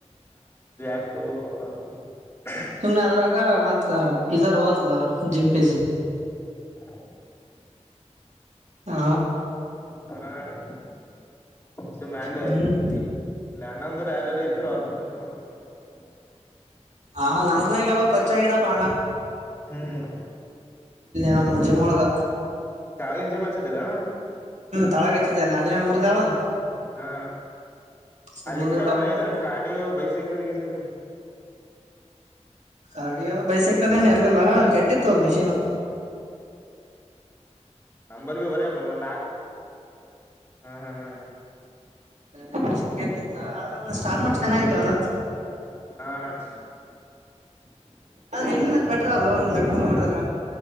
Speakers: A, on the left; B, on the right.
A: ಕಪ್ಪ <unintelligible>
B: ಸುಮ್ಮ್ನೆ ಅದ್ರಾಗ ಮತ್ತ ಫೀಜಾರ್ ಓತದ ಜಿಮ್ ಫೀಸ್.
A: ಹ್ಮ <unintelligible>
B: ಹ
A: ಹ ಣ ಸುಮ್ಮಂಗೆ
B: ಹ್ಮ್
A: ಇಲ್ಲಂಣಂದಿರ್ ಬೇರೆರ ಇದ್ದರು ಅವರು ಕೂಡನೆ ಮಾಡ್ಬಬೇಕಣ ಬೆಸ್ಟು.
B: ಹಾ ಲಾಭ ಇಲ್ಲಪಾ ಪರ್ಚಗಿದ್ದಪ್ಪ ಹಣ.
A: ಹ್ಮ್
B: ನಮ್ ಜಿಮ್ ಒಳಗ
A: ತಾಳಿಅಂಜಿ ಮಾಡ್ಸಿದೆಲ್ಲೊ
B: ತಾಳಗಚ್ಚಿದ್ದಲ್ಲ ಅಂಜನೆ ಮೂರ್ದಾವಲ್ಲ.
A: ಹಾ
B: ಸ್ವಲ್ಪ
A: ಅಲ್ಲಿತ್ತೇನು
B: ಮುಂದ್ಗಡೆ ಹೋಗ್ಬೇಕು
A: ಏನಾರ
B: ಅಂತ
A: ಕಾರ್ಡಿಯೋ ಬೈಸೈಕಲ್ ಗಿಸೈಕಲ್.
B: ಕಾರ್ಡಿಯೋ ಬೈಸೈಕಲ್ ಏನ ಇರ್ಲಿಲ್ಲ ಕೆಟ್ಟಿತ್ತ್ ತ್ತು ಅವ್ರ್ ಮಿಷೀನು.
A: ನಂಬಲ್ಲಿವೆ ಬರೆ ಒಂದ್ನಾಕ್ ಹ್ ಹ ಹ್ಮ.
B: ರನ್ನಿಂಗ್ ಮಿಷನ್ ಕೆಟ್ಟಿತ್ತು ಆದ್ರೆ ಒಂದ್ ಸ್ಟಾಲ್ ಮಾರ್ಟ್ ಚೆನ್ನಾಗಿತ್ತು ಅಲ್ಲಾ. <inaudible>
A: ಹಾ ಅಣ್ಣ
B: ಎಲ್ಲಿಂದ <unintelligible> ಒಂದು ಲೆಕ್ಕದ ನೋಡಿದ್ರ.